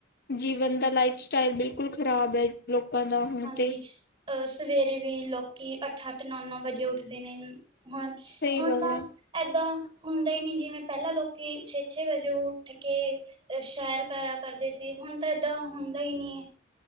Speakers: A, on the left; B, on the right.
A: ਜੀਵਨ ਦਾ ਲਾਈਫ ਸਟਾਈਲ ਬਿਲਕੁਲ ਖ਼ਰਾਬ ਹੈ ਲੋਕਾਂ ਦਾ ਹੁਣ
B: ਹਾਂਜੀ
A: ਤੇ
B: ਅਹ ਸਵੇਰੇ ਵੀ ਲੋਕੀ ਅੱਠ-ਅੱਠ ਨੌ-ਨੌ ਵਜੇ ਉੱਠਦੇ ਨੇ, ਹੁਣ-ਹੁਣ
A: ਸਹੀ ਗੱਲ
B: ਤਾਂ
A: ਹੈ
B: ਏਦਾਂ, ਹੁੰਦਾ ਹੀ ਨਹੀਂ ਜਿਵੇਂ, ਪਹਿਲਾਂ ਲੋਕੀ ਛੇ-ਛੇ ਵਜੇ ਉੱਠ ਕੇ ਸ਼ੈਰ ਕਰਾ ਕਰਦੇ ਸੀ। ਹੁਣ ਤਾਂ ਏਦਾਂ ਹੁੰਦਾ ਹੀ ਨਹੀਂ,